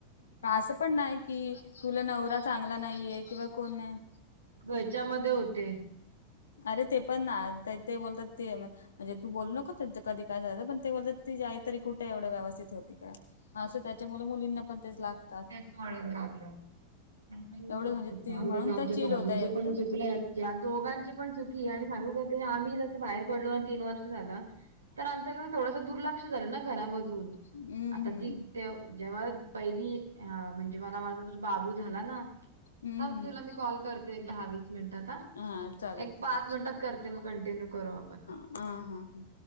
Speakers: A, on the left (about 65°); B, on the right (about 75°).
A: असं पण नाही की तुला नवरा चांगला नाहीये किंवा कोण नाही.
B: वच्यामध्ये होते.
A: अरे ते पण ना ते बोलतात ते म्हणजे तू बोलू नको त्या कधी काय झा पण ते बोलतात तीजे आई तरी कुठे एवढं व्यवस्थित होती काय. हा असं त्याच्या मुल-मुलींना पण तेच लागत.
B: त्याच वाळ लागलं आणखीन,
A: एवढं म्हणजे
B: चांगलं
A: ती म्हणून
B: आमच्या
A: त्या चिल
B: भाऊंचं
A: होत्या एकदम
B: पण च, <unintelligible> या दोघांची पण चुकी आहे आणि सांगू का आम्ही जसं बाहेर पडलो आणि तीन वर्ष झालं तर आमचा थोडंस दुर्लक्ष झालं ना घरामध्ये.
A: हम्म
B: आता
A: हम्म.
B: ती ते जेव्हा पहिली हा म्हणजे मला माझा जर बाबू झाला ना.
A: हम्म
B: थांब
A: हम्म.
B: तुला मी कॉल करते एक दहा-वीस मिनिटात आता.
A: हा चालेल
B: एक
A: चालेल.
B: पाच मिनिटात करते मग कंटिन्यू करू आपण.
A: आ हां.